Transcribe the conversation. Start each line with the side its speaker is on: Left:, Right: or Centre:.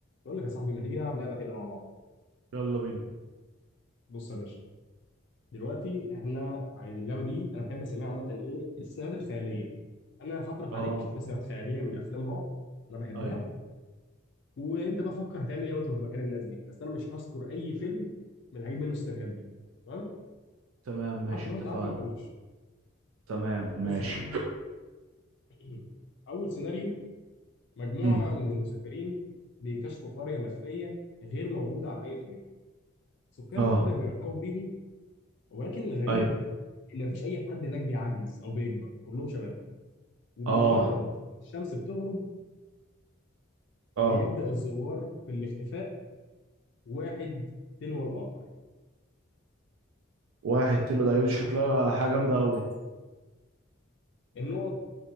Left: بقول لك يا صاحبي ما تيجي نلعب لعبه كده مع بعض
Right: يلا بينا
Left: بص يا باشا دلوقتي احنا عايز- اللعبه دي انا بحب اسميها عامه ايه السيناريوهات الخياليه انا هطرح
Right: اه
Left: عليك شويه سيناريوهات خياليه من افلام رعب انا بحبها
Right: ايوه
Left: وانت بقى فكر هتعمل ايه وانت كنت مكان الناس دي بس انا مش هذكر اي فيلم من اللي هجيب منه السيناريوهات دي تمام
Right: تمام ماشي
Left: وحتى لو
Right: اتفقنا
Left: انت عارفه ما تقولوش
Right: تمام ماشي
Left: بص يا سيدي <clears throat> اول سيناريو مجموعه
Right: مم.
Left: من المسافرين بيكتشفوا قريه مخفيه غير موجوده على اي خريطه سكان
Right: اه
Left: القريه بيرحبوا بيهم ولكن الغريب
Right: ايوه
Left: اللي مفيش اي حد هناك بيعجز او بيكبر كلهم شباب ومجرد
Right: اه
Left: الشمس بتغرب
Right: اه
Left: بيبدا الزوار في الاختفاء واحد تلو الاخر
Right: واحد تلو ده دي شكلها حاجه جامده قوي
Left: النقط